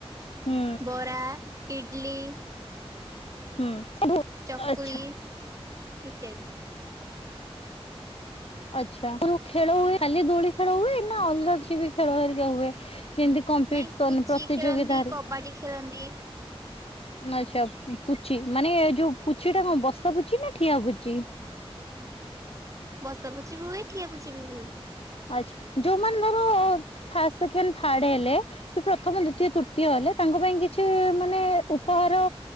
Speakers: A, on the left; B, on the right.
A: ହୁଁ
B: ବରା, ଇଡଲି
A: ହୁଁ <unintelligible>
B: ଚକୁଳି
A: ଆଚ୍ଛା।
B: ଇତ୍ୟାଦି।
A: ଆ୍ଛା ଖେଳ ହୁଏ ଖାଲି ଦୋଳି ଖେଳ ହୁଏ ନା ଅଲଗା କିଛି ବି ଖେଳ ହେରିକା ହୁଏ। କମ୍ପିଟିସନ
B: ନାଇଁ ପୁଚି
A: ପ୍ରତିଯୋଗତା
B: ଖେଳନ୍ତି
A: ରେ
B: କବାଡି ଖେଳନ୍ତି
A: ଆଚ୍ଛା ପୁଛି ମାନେ ଯୋଉ ପୁଛି ଟା ବସା ପୁଚଛି ନା ଠିଆ ପୁଚି?
B: ବସାପୁଚି ବି ହୁଏ ଠିଆପୁଚି ବି ହୁଏ।
A: ଆଚ୍ଛା ଯୋଉମାନେ ଧର ଫାଷ୍ଟ ସେକେଣ୍ଡ ଥାର୍ଡ ହେଲେ ସେ ପ୍ରଥମ ଦ୍ଵିତୀୟ ତୃତୀୟ ହେଲେ ତାଙ୍କ ପାଇଁ କିଛି ମାନେ ଉପହାର